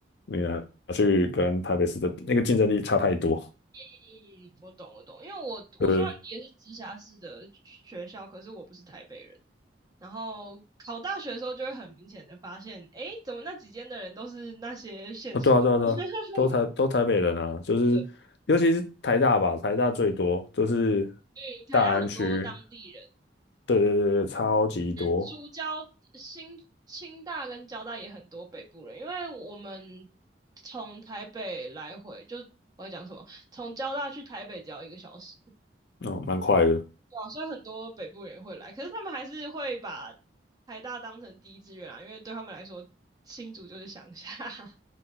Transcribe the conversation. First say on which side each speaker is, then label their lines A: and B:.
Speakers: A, on the left (about 65°); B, on the right (about 20°).
A: 你拿去跟台北市的比那个竞争力差太多。
B: 嗯，我懂我懂，因为我我虽然也是直辖市的学校，
A: 呃，
B: 可是我不是台北人。然后考大学的时候，就会很明显的发现，诶，怎么那几间的人都是那些县市的人？
A: 啊，对啊对啊对啊，
B: <laughs>
A: 都台都台北人啊，就是尤其是台大吧，
B: 对，
A: 台大最多，就是
B: 嗯，
A: 大安区，
B: 台大很多当地人。
A: 对对对，对超级多，
B: 竹交新清大跟交大也很多北部人，因为我们从台北来回就我在讲什么，从交大去台北只要一个小时，
A: 哦，蛮快的，
B: 对啊，所以很多北部人也会来，可是他们还是会把台大当成第一志愿啊，因为对他们来说新竹就是乡下，<laughs>